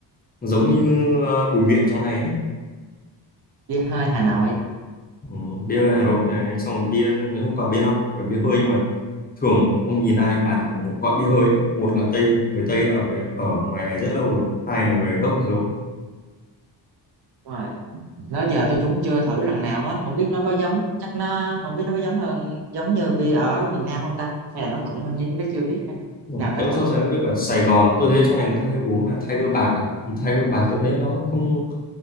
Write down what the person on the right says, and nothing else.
đi hơi Hà Nội
Đúng rồi đó giờ tôi cũng chưa thử lần nào hết không biết nó có giống chắc nó không biết nó có giống hơn giống như bia ở miền Nam không ta hay là nó mạnh hơn nhưng nó chưa biết
nào phải
thử